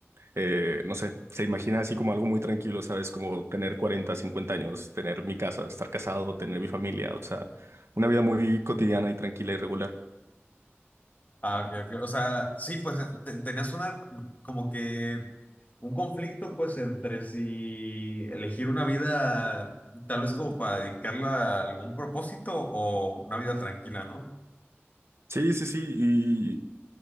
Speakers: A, on the right; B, on the left.
A: eh, no sé, se imagina así como algo muy tranquilo, ¿sabes? Como tener 40, 50 años, tener mi casa, estar casado, tener mi familia, o sea, una vida muy cotidiana y tranquila y regular.
B: Ah, ok, ok. O sea, sí, pues te- tenías una, como que, un conflicto, pues, entre si elegir una vida, tal vez como para dedicarla a algún propósito o una vida tranquila, ¿no?
A: Sí, sí, sí, y,